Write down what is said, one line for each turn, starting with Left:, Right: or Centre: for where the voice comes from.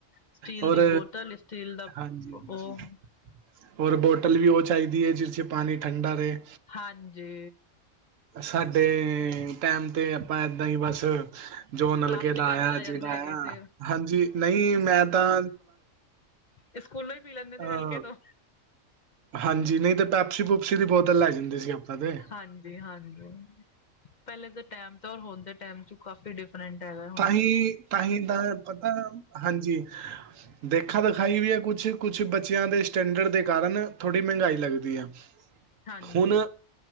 Left: ਸਟੀਲ
Right: ਹੋਰ
Left: ਦੀ ਬੋਤਲ ਸਟੀਲ ਦਾ
Right: ਹਾਂਜੀ, ਹਾਂਜੀ
Left: ਉਹ
Right: ਹੋਰ ਬੋਟਲ ਵੀ ਓ ਚਾਈਦੀ ਏ ਜਿਸ ਚ ਪਾਨੀ ਠੰਡਾ ਰਹੇ।
Left: ਹਾਂਜੀ।
Right: ਸਾਡੇ, ਟੈਮ ਤੇ ਆਪਾਂ ਏਦਾਂ ਈਂ ਬਸ। ਜੋ ਨਲਕੇ
Left: ਪਲਾਸਟਿਕਾਂ
Right: ਦਾ ਆਇਆ,
Left: ਦੀ ਲੈ
Right: ਜੀ
Left: ਜਾਂਦੇ
Right: ਲਾਇਆ
Left: ਹੈਗੇ ਸੀ।
Right: ਹਾਂਜੀ। ਨਹੀ ਮੈਂ ਤਾਂ
Left: ਇਹ ਸਕੂਲ ਈ ਪੀ ਲੈਂਦੇ ਸੀ
Right: ਅ
Left: ਨਲਕੇ ਤੋਂ।
Right: ਹਾਂਜੀ, ਨਈ ਤੇ ਪੈਪਸੀ ਪੂਪਸੀ ਦੀ ਬੋਤਲ ਲੈ ਜਾਂਦੇ ਸੀ ਆਪਾਂ ਤੇ।
Left: ਹਾਂਜੀ, ਹਾਂਜੀ ਪਹਿਲੇ ਦੇ ਟਾਈਮ ਤੇ ਹੁਣ ਦੇ ਟਾਈਮ ਵਿੱਚ ਕਾਫੀ ਡਿ ਟ੍ਰੇਂਡ ਹੈਗੈ।
Right: ਤਾਂਹੀ, ਤਾਂਹੀ ਤਾਂ ਪਤਾ ਹਾਂਜੀ ਦੇਖਾ ਦਖਾਈ ਵੀ ਆ ਕੁਛ, ਕੁਛ ਬੱਚੇ ਆ ਦੇ ਸਟੈਂਡੜ ਦੇ ਕਾਰਨ ਥੋੜੀ ਮਹਿੰਗਾਈ ਲੱਗਦੀ ਆ। <unintelligible>
Left: ਹਾਂਜੀ
Right: ਹੁਨ